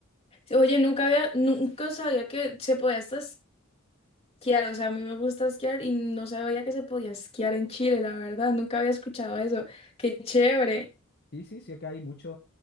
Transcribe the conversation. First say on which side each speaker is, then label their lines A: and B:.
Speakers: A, on the left (about 30°); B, on the left (about 50°).
A: Sí, Oye, nunca había, nunca sabía que se podía hasta esquiar. O sea, a mí me gusta esquiar y no sabía que se podía esquiar en Chile, la verdad. Nunca había escuchado eso. Qué chévere.
B: Sí, sí, sí, acá hay mucha